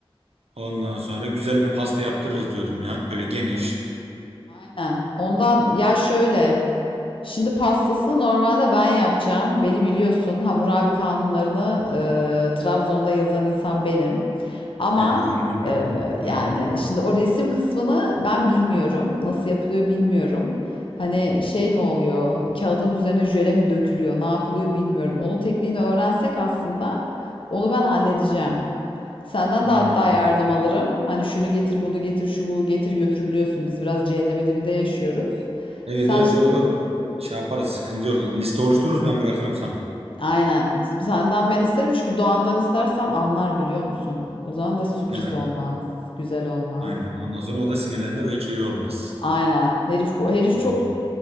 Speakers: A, on the right; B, on the left.
A: Ondan sonra güzel bir pasta yaptırırız diyordum ya. Böyle geniş.
B: Aynen. Ondan ya şöyle Şimdi pastasını normalde ben yapacağım. Beni biliyorsun. Hammurabi kanunlarını e, Trabzon'da yazan insan benim. Ama
A: Evet onu biliyorum.
B: e, yani
A: Evet.
B: şimdi o resim kısmını ben bilmiyorum. Nasıl yapılıyor bilmiyorum. Hani şey mi oluyor? Kağıdın üzerine jöle mi dökülüyor? Ne yapılıyor bilmiyorum. Onun tekniğini öğrensek aslında onu ben halledeceğim. Senden
A: Hmm.
B: de hatta yardım alırım. Hani şunu getir, bunu getir, şu bu getir götür biliyorsun. Biz biraz cehennemin dibinde yaşıyoruz.
A: Evet
B: Sen
A: evet yok yok şey yaparız sıkıntı yok. Liste oluştururuz ben bırakırım sana.
B: Aynen. Senden ben isterim çünkü Doğan'dan istersem anlar biliyor musun? O zaman da sürpriz
A: Evet
B: olmaz. Güzel olmaz.
A: aynen ondan sonra o da sinirlenir o hiç iyi olmaz.
B: Aynen. Herif bu herif
A: Hmm.
B: çok